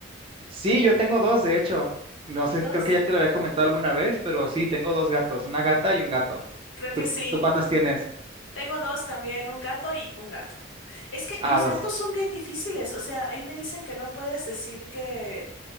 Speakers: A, on the right; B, on the left.
A: Sí, yo tengo dos, de hecho. No sé,
B: ¿Dos?
A: creo que ya te lo había comentado alguna vez, pero sí, tengo dos gatos, una gata y un gato.
B: Creo que
A: ¿Tú,
B: sí.
A: tú cuántos tienes?
B: Tengo dos también, un gato y un gato. Es que
A: Ah,
B: los
A: dos.
B: gatos son bien difíciles, o sea, ahí me dicen que no puedes decir que,